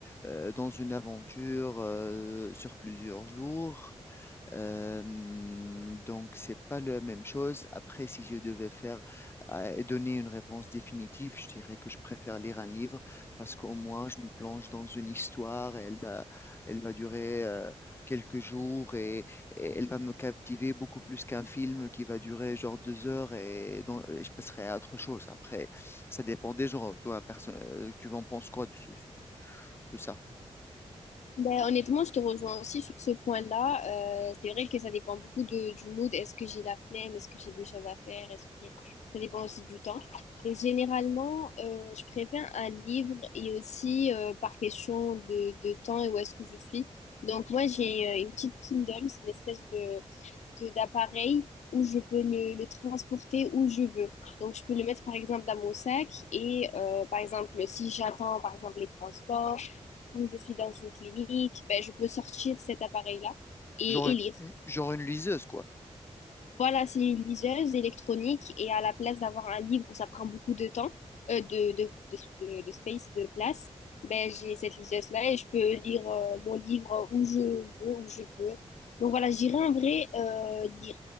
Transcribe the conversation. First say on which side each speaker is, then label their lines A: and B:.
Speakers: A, on the left (about 20°); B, on the left (about 80°).
A: euh, dans une aventure euh, sur plusieurs jours. Euh, donc, c'est pas la même chose. Après, si je devais faire euh, et donner une réponse définitive, je dirais que je préfère lire un livre parce qu'au moins, je me plonge dans une histoire et elle va, elle va durer euh, quelques jours et, et elle va me captiver beaucoup plus qu'un film qui va durer genre deux heures et, dont- et je passerai à autre chose. Après, ça dépend des gens. Toi, perso- euh, tu en penses quoi de, ce- ce- de ça?
B: Ben, honnêtement, je te rejoins aussi sur ce point-là. Euh, c'est vrai que ça dépend beaucoup de, du mood. Est-ce que j'ai la flemme? Est-ce que j'ai des choses à faire? Est-ce que ça dépend aussi du temps. Et généralement, euh, je préfère un livre et aussi euh, par question de, de temps et où est-ce que je suis. Donc moi, j'ai euh, une petite Kindle, c'est une espèce de de- d'appareil où je peux le, le transporter où je veux. Donc, je peux le mettre, par exemple, dans mon sac et, euh, par exemple, si j'attends, par exemple, les transports ou je suis dans une clinique, ben, je peux sortir cet appareil-là et,
A: Genre
B: et lire.
A: une, genre une liseuse, quoi.
B: Voilà, c'est une liseuse électronique et à la place d'avoir un livre où ça prend beaucoup de temps, euh, de, de, de, de space, de place, ben, j'ai cette liseuse-là et je peux lire, euh, mon livre où je veux, où je peux. Donc voilà, j'irai en vrai, euh, lire